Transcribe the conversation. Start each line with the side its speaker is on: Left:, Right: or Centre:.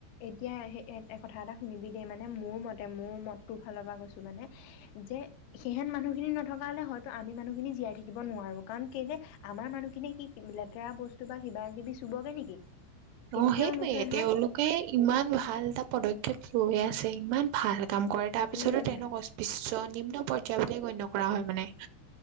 Left: এতিয়া স কথা এটা শুনিবি দেই মানে মোৰ মতে মোৰ মতটোৰ ফালৰ পৰা কৈছো মানে যে সেইহেন মানুহখিনি নথকা হলে হয়তো আমি মানুহখিনি জীয়াই থাকিব নোৱাৰো কাৰণ কেলে আমাৰ মানুহখিনিয়ে কি লেতেৰা বস্তু বা কিবা কিবি চুবগে নেকি। কেতিয়াও
Right: অ সেইটো
Left: নুচুৱে নহয়
Right: তেওঁলোকে ইমান ভাল এটা পদক্ষেপ লৈ আছে ইমান ভাল কাম কৰে তাৰপিছতো
Left: উম
Right: তেওঁক অস্পৃশ্য নিম পৰ্য্যায়বুলিয়ে গণ্য কৰা হয় মানে